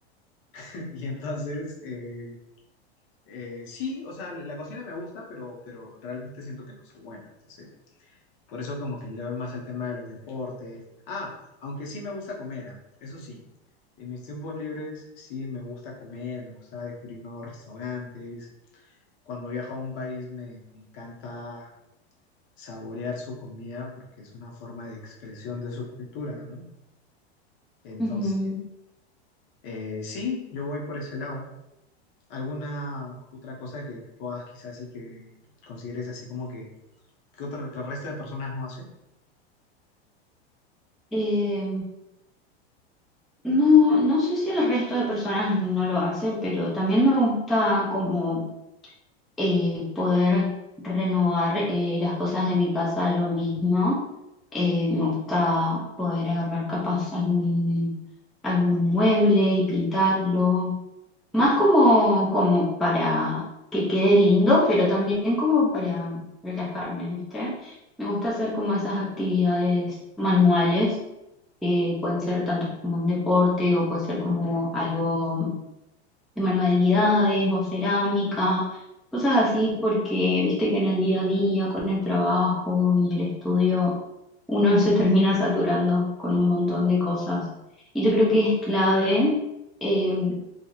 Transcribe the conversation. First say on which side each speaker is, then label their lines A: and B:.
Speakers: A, on the left; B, in the centre.
A: <laughs> y entonces, eh, eh, sí, o sea, la cocina me gusta, pero, pero realmente siento que no soy bueno. Entonces... Por eso como que le doy más al tema de los deportes. Ah, aunque sí me gusta comer, ah, Eso sí. En mis tiempos libres sí me gusta comer, me gusta descubrir nuevos restaurantes. Cuando viajo a un país me, me encanta saborear su comida porque es una forma de expresión de su cultura, ¿no? Entonces,
B: Ujú.
A: eh, sí, yo voy por ese lado. ¿Alguna otra cosa que, que tú hagas quizás y que consideres así como que, que otro, que el resto de personas no hace?
B: Eh, no, no sé si el resto de personas no lo hace, pero también me gusta como eh, poder renovar eh, las cosas de mi casa yo mismo. Eh, me gusta poder agarrar capaz algún, algún mueble y pintarlo, más como, como para que quede lindo, pero también como para relajarme, ¿viste? Me gusta hacer como esas actividades manuales, que pueden ser tanto como un deporte o puede ser como algo de manualidades o cerámica, cosas así, porque viste que en el día a día, con el trabajo y el estudio, uno se termina saturando con un montón de cosas. Y yo creo que es clave, eh,